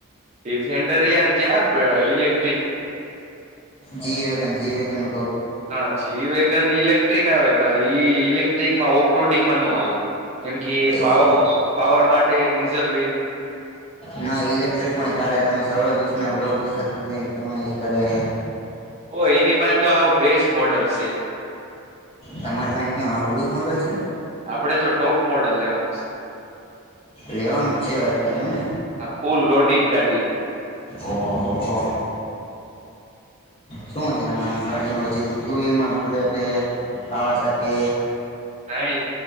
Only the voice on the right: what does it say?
ડિફેન્ડરયાર ક્યાં ઇલેક
હા જ ઈ વેગન ઇલેક્ટ્રિક આવે પણ ઈ ઇલેક ટ્રીકમાં ઓવક્રોડિંગમાં નું હાલે. કેમ કે
પાવર પાવર માટે ડીઝલ
ઓ એની પાસે તો આવું બેસ્ટ મોડલ છે.
આપડે તો ટોપ મોડલ લેવાનું છે.
ફૂલ લોડીડ ગાડી
નહી